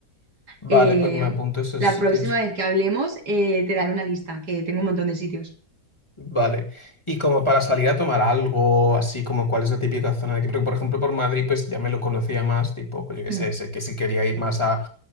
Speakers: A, on the left; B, on the right.
A: Vale,
B: em,
A: pues me apunto esos
B: la
A: sitios.
B: próxima vez que hablemos eh, te daré una lista, que tengo un montón de sitios.
A: Vale. Y como para salir a tomar algo, así como cuál es la típica zona de aquí, porque por ejemplo por Madrid pues ya me lo conocía más, tipo, pues yo qué
B: Mm,
A: sé, sé que si quería ir más a,